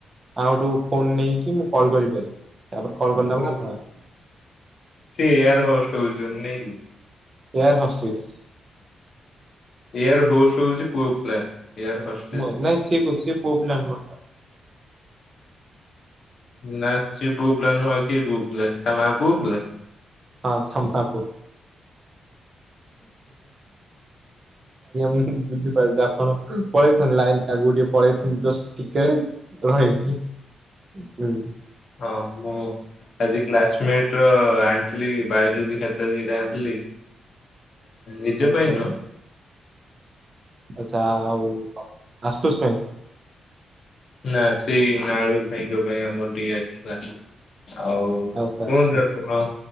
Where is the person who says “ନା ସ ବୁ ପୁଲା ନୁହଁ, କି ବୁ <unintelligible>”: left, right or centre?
Left